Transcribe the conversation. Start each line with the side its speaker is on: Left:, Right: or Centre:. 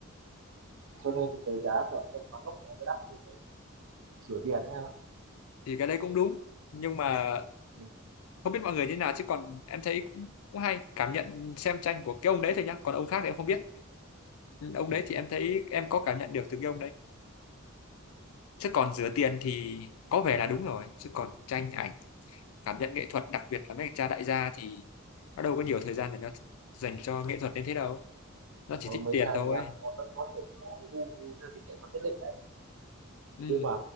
Right: cho nên cái giá của tranh của Van Gogh nó mới đắt như thế rửa tiền đấy em ạ
Left: thì cái đấy cũng đúng nhưng mà
Right: ừ,
Left: không biết mọi người như nào chứ còn em thấy cũng cũng hay cảm nhận xem tranh của cái ông đấy thôi nhá còn ông khác thì em không biết Ừ, ông
Right: ừ,
Left: đấy thì
Right: ừ.
Left: em thấy em có cảm nhận được từ cái ông đấy chứ còn rửa tiền thì có vẻ là đúng rồi chứ còn tranh ảnh cảm nhận nghệ thuật đặc biệt là mấy anh cha đại gia thì nó đâu có nhiều thời gian để nó dành cho nghệ thuật đến thế đâu nó chỉ
Right: Có
Left: thích
Right: mấy
Left: tiền
Right: cha
Left: thôi
Right: đại gia vẫn có vẫn có thể có gu theo thích nghệ thuật nhất định đấy
Left: ừ
Right: nhưng mà